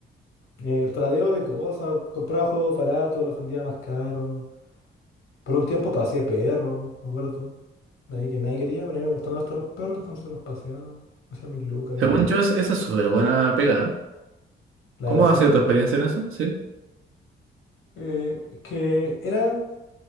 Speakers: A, on the left (about 75°); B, on the right (about 75°).
A: eh, tradeo de cosas, compraba juegos baratos, los vendía más caros. Por un tiempo pasé perro, me acuerdo. Ahí que nadie quería, pero a mí me gustaban harto los perros, entonces los paseaba. Hacía mis lucas ahí.
B: Según yo, es- esa es súper buena pega. ¿eh?
A: ¿La
B: ¿Cómo
A: de pasear
B: ha sido
A: perros?
B: tu experiencia en eso? Sí.
A: Eh, que era,